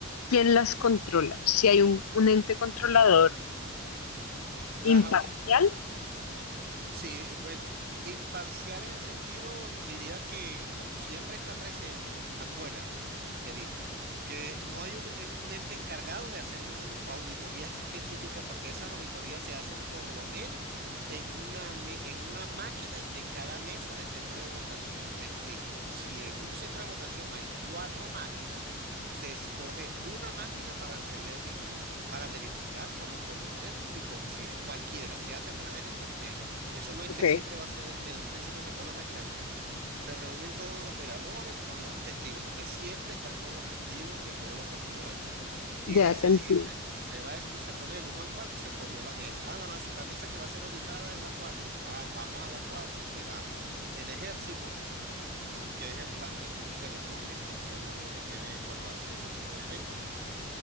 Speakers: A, on the left; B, on the right.
A: ¿quién las controla? Si hay un, un ente controlador
B: Las
A: imparcial.
B: auditorías Sí, bueno, imparcial en el sentido, diría que como siempre está presente, acuérdate, te digo, que no hay un, en- un ente encargado de hacer una audi- auditoría específica porque esas auditorías se hacen por lo menos en una, me- en una máquina de cada mesa de centro de votación. Me explico, si en un centro de votación hay cuatro máquinas, se escoge una máquina para hacerle auditoría, para verificar cómo fue el proceso y si coincide. Cualquiera, se hace a través de sorteo. Eso no es
A: Ok,
B: que siempre va a ser, desde un principio se coge la máquina, no. Se reúnen todos los operadores con los testigos, porque siempre están todos los testigos de todos los partidos allí. Y
A: ya
B: se
A: te entiendo.
B: dice, se va, a esco- se pone el uno al 4 y se cogió la mesa. Ah, la, mas- la mesa que va a ser auditada es la cuatro Ah, vamos a la 4 se va. El ejército, que es el Plan República en ese momento, ese es el nombre que tiene cuando hace ese tipo de eventos